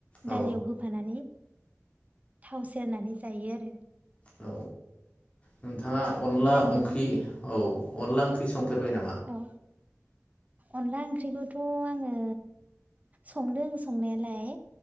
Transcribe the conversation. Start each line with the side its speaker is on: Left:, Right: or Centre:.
Left: औ
Right: दालियाव होफानानै थाव सेरनानै जायो आरो
Left: औ नोंथां नोंथाङा अनला
Right: बिलाइ मैगं
Left: ओंख्रि औ अनला ओंख्रि संफेरबाय ना?
Right: औ अनला ओंख्रिखौथ' आङो संदों संनायालाय